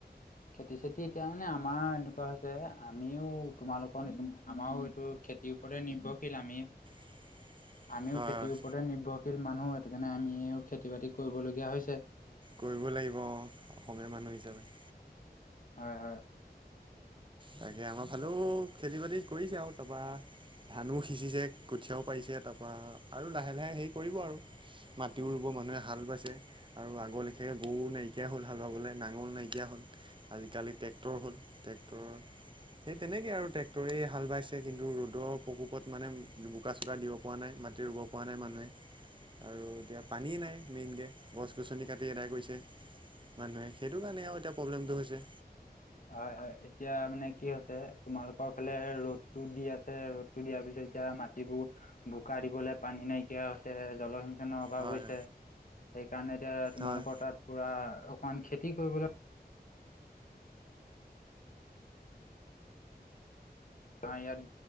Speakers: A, on the left; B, on the right.
A: খেতি চেতি এতিয়া মানে আমাৰ এনেকুৱা হৈছে আমিও তোমালোকৰ নিচিনা আমাৰও এইটো। খেতিৰ ওপৰে নিৰ্ভৰশীল আমি।
B: <unintelligible>
A: আমিও খেতিৰ
B: হয়
A: ওপৰতে নিৰ্ভৰশীল মানুহ সেইটো কাৰণে আমিও খেতি বাতি কৰিবলগীয়া হৈছে
B: কৰিব লাগিব অ অসমীয়া মানুহ হিচাপে
A: হয় হয়
B: তাকে আমাৰ ফালেও খেতি বাতি কৰিছে আৰু তাৰপা ধানো সিঁচিছে কঠীয়াও পাৰিছে তাৰপা আৰু লাহে লাহে হেৰি কৰিব আৰু মাটিও ৰুব মানুহে হাল বাইছে আৰু আগ লেখীয়াকৈ গৰু নাইকিয়া হল হাল বাবলৈ নাঙল নাইকিয়া হল আজিকালি ট্ৰেক্টৰ হ'ল ট্ৰেক্টৰ। সেই তেনেকে আৰু ট্ৰেক্টৰে হাল বাইছে কিন্তু ৰ'দৰ প্ৰকোপত মানে বোকা চোকা দিব পৰা নাই মাটিৰ ব পৰা নাই মানুহে আৰু এতিয়া পানী নাই মেইনকে গছ গছনি কাটি এদাই কৈছে মানুহে সেইটো কাৰণে আৰু এতিয়া প্ৰব্লেমটো হৈছে
A: হয় হয় এতিয়া মানে কি হৈছে তোমালোকৰ ফালে ৰ'দ টো দি আছে ৰ'দটো দিয়াৰ পিছত এতিয়া মাটিবোৰ বোকা দিবলৈ পানী নাইকিয়া হৈছে জলসি। অভাৱ
B: হয়
A: হৈছে সেইকাৰণে এতিয়া তোমালোকৰ
B: হয়
A: তাত পুৰা অকমান খেতি কৰিবলৈ ত ইয়াৰ